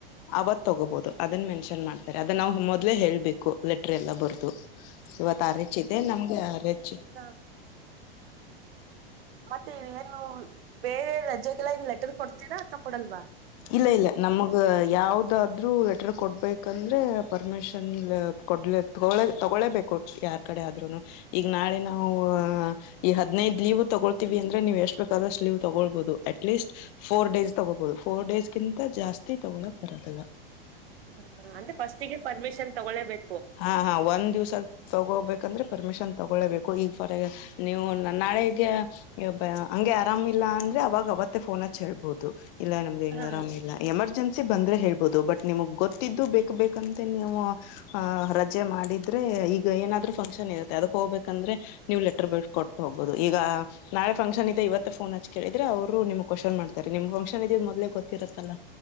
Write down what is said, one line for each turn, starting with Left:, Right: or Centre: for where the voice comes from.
Left: ಅವತ್ ತಗೋಬಹುದು ಅದನ್ ಮೆನ್ಷನ್ ಮಾಡ್ತಾರೆ ಅದ ನಾ ಮೊದ್ಲೇ ಹೇಳ್ಬೇಕು ಲೆಟರ್ ಎಲ್ಲ ಬರದು ಇವತ್ ಆರ್ ಹೆಚ್ಚ ಇದೆ ನಮ್ಗೆ ಆರ ಹೆಚ್ಚು
Right: ಹಾ ಮತ್ತೆ ಏನು ಬೇರೆ ರಜೆಗೆಲ್ಲ ಇ ಲೆಟರ್ ಕೊಡ್ತೀರಾ ತಗೊಡಲ್ವಾ
Left: ಇಲ್ಲ ಇಲ್ಲ ನಮ್ಮ್ ಯಾವದಾದ್ರೂ ಲೆಟರ್ ಕೊಡ್ಬೇಕಂದ್ರೆ ಪರ್ಮಿಷನ್ ಕೊಡ್ಲ ತಳ ತಗೊಳೇಬೇಕು ಕೊಟ್ಟ ಯಾರ್ ಕಡೆ ಆದ್ರುನು ಈಗ ನಾಳೆ ನಾವು ಈ ಹದನೈದು ಲೀವ್ ತಗೊಳ್ತೀವಿ ಅಂದ್ರೆ ನೀವು ಎಷ್ಟ ಬೇಕಾದಷ್ಟ ಲೀ್ ತಗೊಳ್ಬಹುದು ಅಟ್ ಲೀಸ್ಟ್ ಫೋರ್ ಡೇಸ್ ತಗೋಬಹುದು ಫೋರ್ ಡೇಸ್ಗಿಂತ ಜಾಸ್ತಿ ತಗೋಳಕ್ ಬರದಲ್ಲ
Right: ಹ್ಮ ಅಂದ್ರೆ ಫಸ್ಟಿಗೆ ಪರ್ಮಿಷನ್ ತಗೊಬೇಕು
Left: ಹಾ ಹಾ ಒಂದು ದಿವಸ ತಗೋಬೇಕಂದ್ರೆ ಪರ್ಮಿಷನ್ ತಗೊಳ್ಳೇಬೇಕು ಈಗ ಫಾರ್ ನೀವು ನಾಳಿಗೆ ಬ್ಬ ಹಂಗೆ ಆರಾಮಿಲ್ಲ ಅಂದ್ರೆ ಅವಾಗ ಅವತ್ತೇ ಫೋನ್ ಹಚ್ ಹೇಳ್ಬಹುದು ಇಲ್ಲಾ ನಮ್ಗೆ ಹೆಂಗ್
Right: ಹಾ
Left: ಆರಾಮಿಲ್ಲ ಎಮರ್ಜೆನ್ಸಿ ಬಂದ್ರೆ ಹೇಳ್ಬೋದು ಬಟ್ ನಿಮ್ಗ್ ಗೊತ್ತಿದ್ದು ಬೇಕಕ್ ಬೇಕಂತ ನೀವು ಆಹ ರಜೆ ಮಾಡಿದ್ರೆ ಈಗ ಏನಾದ್ರು ಫಂಕ್ಷನ್ ಇರತ್ತೆ ಅದಕ್ ಹೋಗ್ಬೇಕಂದ್ರೆ ನೀವು ಲೆಟರ್ ಬ ಕೊಟ್ಟು ಹೋಗ್ಬಹುದು ಈಗ ನಾಳೆಫಂಕ್ಷನ್ ಇದದೆ ಇವತ್ತ ಫೋನ್ ಹಚ್ ಕೇಳಿದ್ರೆ ಅವರು ನಿಮ ಕ್ವಶನ್ ಮಾಡ್ತಾರೆ ನಿಮ ಫಂಕ್ಷನ್ ಇದಿದ ಮೊದ್ ಗೊತ್ತಿರತ್ತಲ್ಲಾ